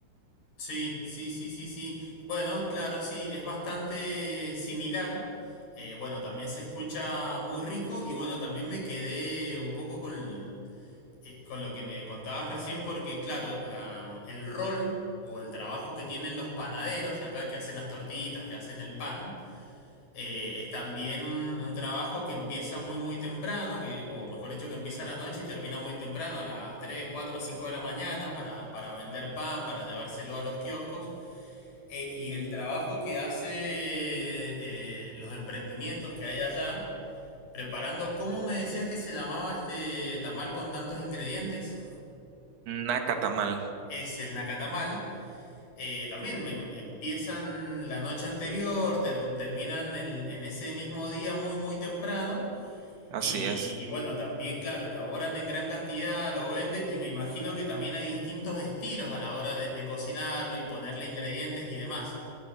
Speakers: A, on the left; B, on the right.
A: Sí, sí, sí, sí, sí. Bueno, claro, sí, es bastante similar. Eh, bueno, también se escucha muy rico y bueno, también me quedé un poco con, eh, con lo que me contabas recién porque claro, la- el rol o el trabajo que tienen los panaderos acá que hacen las tortitas, que hacen el pan, eh, es también un, un trabajo que empieza muy muy temprano, que, o mejor dicho, que empieza a la noche y termina muy temprano, a las 3, 4, 5 de la mañana, para, para vender pan, para llevárselo a los kioscos. Eh, y el trabajo que hace eh, los emprendimientos que hay allá, preparando, ¿cómo me decías que se llamaba este tamal con tantos ingredientes?
B: Nacatamal,
A: Es el nacatamal. Eh, también em- empiezan la noche anterior, ter- terminan el- en ese mismo día muy muy temprano
B: así
A: Y,
B: es.
A: y bueno, también, claro, elaboran en gran cantidad, lo venden y me imagino que también hay distintos estilos a la hora de, de cocinarlo y ponerle ingredientes y demás.